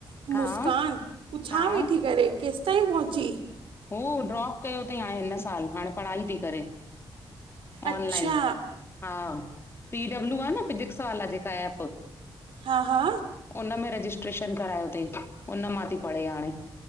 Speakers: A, on the right (about 80°); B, on the left (about 30°).
A: कि मुस्कान
B: हा
A: हू छा
B: हा
A: वेठी करे केस हिताईं पहुंची
B: हू ड्रॉप कयो तई हाणे हिन सालु, हाणे पढ़ाई ती करे। ऑनलाइन
A: अच्छा
B: हा पी डब्लू आ न फिजिक्स वाला जेका ऐ एप
A: हा हा
B: उन में रजिस्ट्रेशन करायो तई उन मां ती पढ़े हाणे।